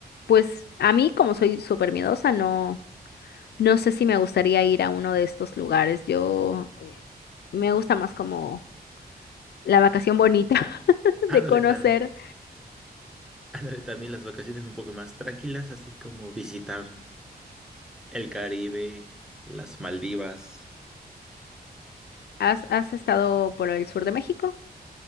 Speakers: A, on the left; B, in the centre.
A: pues a mí como soy súper miedosa, no, no sé si me gustaría ir a uno de estos lugares. Yo eh, me gusta más como la vacación bonita <laughs>
B: <laughs> ándale
A: de conocer
B: también, ándale también las vacaciones un poco más tranquilas, así como visitar el Caribe, las Maldivas.
A: ¿Has, has estado por el sur de México?